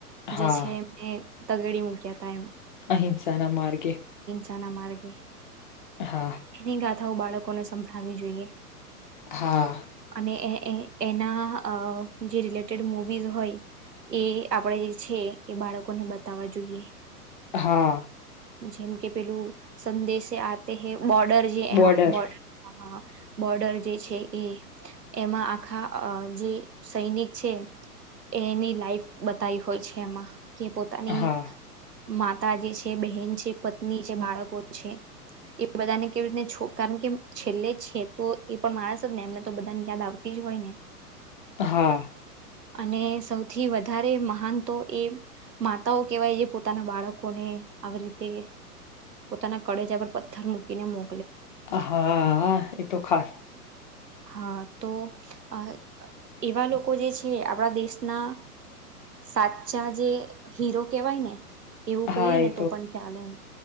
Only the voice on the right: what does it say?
જે
છે એને તગડી મૂક્યા હતા એમ
ચના માર્ગે
એની બાળકોને સંભળાવવી જોઈએ
<inaudible> એ એના જે રિલેટેડ મુવીઝ હોય એ આપણે જે છે એ બાળકોને બતાવવા જોઈએ
જેમ કે પેલું સંદેશ આ તે બોર્ડર જે
હા એ બર્ડર બોર્ડર જે છે એ એમાં આખા જે સૈનિક છે એની લાઈફ બતાવી હોય છે એમાં કે પોતાની
માતા જે છે બહેન છે પત્ની છે બાળકો છે એ બધાને કેવી રીતને છ કારણ કે છેલ્લે છે તો એ પણ માણસ જ ને એમને તો બધાને યાદ આવતી જ હોય ને
અને સૌથી વધારે મહાન તો એ માતાઓ કેહેવાય જે પોતાના બાળકોને આવી રીતે પોતાના કળેજા પર પથ્થર મૂકીને મો
હા તો અ એવા લોકો જે છે આપણા દેશના સાચા જે હીરો કેહેવાય ને એવું કહીએ
ને
તો પણ ચાલેમ